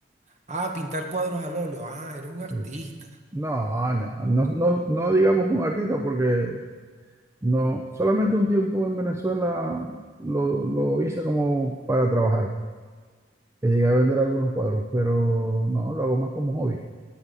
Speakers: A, on the right (about 40°); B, on the right (about 15°).
A: Ah, pintar cuadros al óleo. Ah, eres un
B: Sí.
A: artista.
B: No, no, no, no, no digamos con artista porque no, solamente un tiempo en Venezuela lo, lo hice como para trabajar. que Llegué a vender algunos cuadros, pero no, lo hago más como hobby.